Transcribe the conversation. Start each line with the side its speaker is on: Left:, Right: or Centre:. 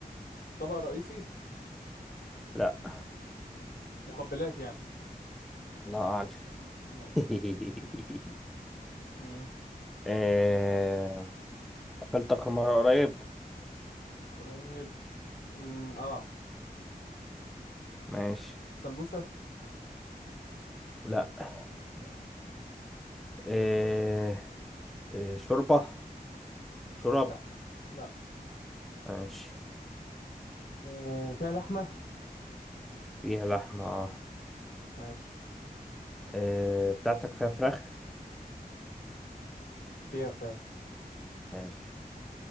Left: طبق رئيسي
Centre: لا
Left: ماشي مقبلات يعني
Centre: الله أعلم
Left: ماشي
Centre: <laughs>
Left: امم
Centre: آه، أكلت آخر مرة قريب
Left: قريب امم اه
Centre: ماشي
Left: سمبوسة
Centre: لا
Left: ماشي
Centre: آه، آه، شوربة شرب
Left: لا لا
Centre: ماشي
Left: آه، فيها لحمة
Centre: فيها لحمة اه
Left: ماشي
Centre: آه، بتاعتك فيها فراخ
Left: فيها فراخ
Centre: حلو.